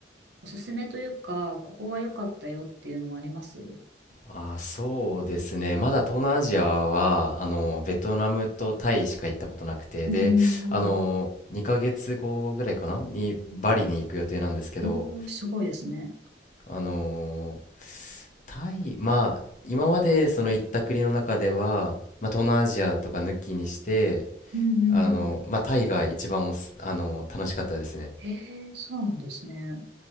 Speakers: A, on the right; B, on the left.
A: おすすめというか、ここが良かったよっていうのはありますうん
B: あ、そうですね。まだ東南アジアは、あの、ベトナムとタイしか行ったことなくて、
A: うんうん。
B: で、あの、2ヶ月後ぐらいかなにバリに行く予定なんですけど、
A: おー、すごいですね。
B: あの、タイ、まあ、今までその行った国の中では、まあ、東南アジアとか抜きにして、
A: うんうんうん。
B: あの、まあ、タイが一番おす、あの、楽しかったですね。
A: へえ、そうなんですね。